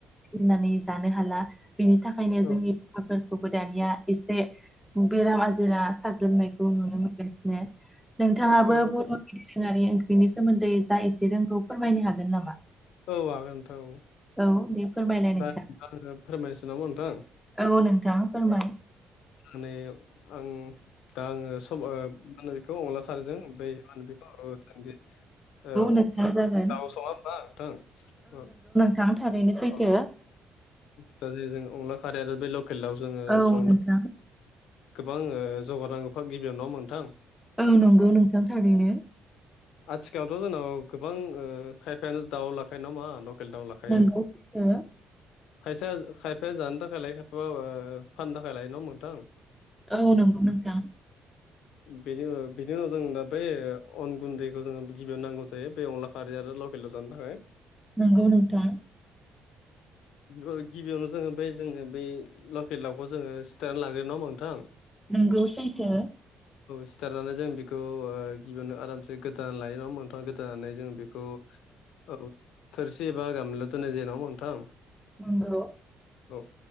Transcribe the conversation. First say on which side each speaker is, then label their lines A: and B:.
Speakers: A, in the centre; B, on the left.
A: बुथुनानै जानो हाला बिनि थाखायनो
B: औ
A: जोंनि फोरखौबो दानिया एसे बेराम आजिरा साग्लोबनायखौ नुनो मोनो <unintelligible> नोंथाङाबो
B: औ
A: बर' दोरोङारि ओंख्रिनि सोमोन्दै जा एसे रोंगौ फोरमायनो हागोन नामा
B: औ हागोन नोंथां औ
A: औ दे फोरमायलाय
B: दा
A: नोंथां
B: आङो फोरमायनोसै नामा नोंथां
A: औ नोंथां फोरमाय
B: होनानै आं दा आङो सब ओ मा होनो बिखौ अनला खारैजों ओमफ्राय मा होनो बिखौ र जोंदि औ
A: नोंथां जागोन
B: दाउ सङा होमबा नोंथां औ
A: थां थारैनो सैथो
B: औ दा जे जों अनला खारै आरो बे लकेल दाव जोङो
A: औ
B: सं
A: नोंथां
B: गोबां ओ जगार नांगौ गिबियाव नङा होनबा नोंथां
A: औ नंगौ नोंथां थारैनो
B: आथिखालावथ' जोंनाव गोबां खायफायानो दाउ लाखायो नङा होनबा लकेल दाव लाखायो
A: नंगौ सैथो
B: खायफाया खायफाया जानो थाखाय लायो खायफा फाननो थाखाय लायो नङा होनबा नोंथां
A: औ नंगौ नोंथां
B: बेनि बिनि उनाव जों दा बेै अन गुन्दैखौ जोंङो गिबियाव नांगौ जायो बे अनलाखौ खारि आरो लकेल दाव जानो थाखाय
A: नोंगौ नोथां
B: औ गिबियावनो जोङो बे जोङो बै लकेल लावखौ जोङो सिथारनानै लाग्रो नङा होनबा नोंथां
A: नोंगौ सैथो
B: औ सिथारनानै जों बेखौ गिबियावनो आरामसे गोदानानै लायो नङा होनबा नोंथां गोदानानै जों बेखौ औ थोरसि एबा गामला दोननाय जायो नङा होनबा नौंथां
A: नोंगौ
B: औ